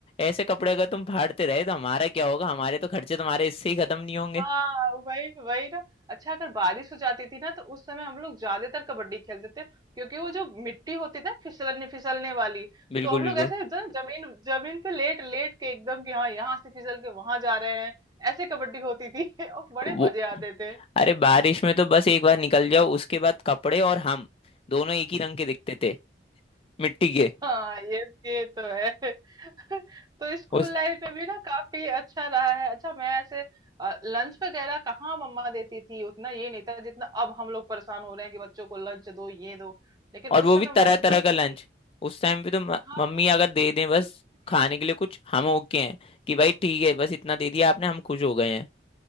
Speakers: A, on the left (about 30°); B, on the right (about 20°).
A: ऐसे कपड़े अगर तुम फाड़ते रहे तो हमारा क्या होगा हमारे तो खर्चे तुम्हारे इससे ही खत्म नहीं होंगे
B: हाँ वही वही ना अच्छा अगर बारिश हो जाती थी ना तो उस समय हम लोग ज्यादातर कबड्डी खेलते थे क्योंकि वो जो मिट्टी होती थी ना फिसलने फिसलने वाली
A: बिल्कुल
B: तो हम
A: बिल्कुल
B: लोग ऐसे जो ना जमीन जमीन पे लेट लेट के एकदम कि हाँ यहाँ से फिसल के वहां जा रहे हैं ऐसे कबड्डी होती थी <laughs> और बड़े
A: वो
B: मजे आते थे
A: अरे बारिश में तो बस एक बार निकल जाओ उसके बाद कपड़े और हम दोनों एक ही रंग के दिखते थे मिट्टी के
B: हाँ ये ये तो है <laughs> तो स्कूल
A: उस
B: लाइफ में भी ना काफी अच्छा रहा है अच्छा मैं ऐसे लंच वगैरह कहाँ मम्मा देती थी उतना ये नहीं था जितना अब हम लोग परेशान हो रहे हैं कि बच्चों को लंच दो ये दो लेकिन
A: और वो
B: उस समय
A: भी
B: मम्मा
A: तरह तरह
B: फ्री
A: का लंच
B: थी
A: उस टाइम पे तो म,
B: हाँ
A: मम्मी अगर दे दें बस
B: कुछ नहीं
A: खाने के लिए कुछ हम ओके हैं कि भाई ठीक है बस इतना दे दिया आपने हम खुश हो गए हैं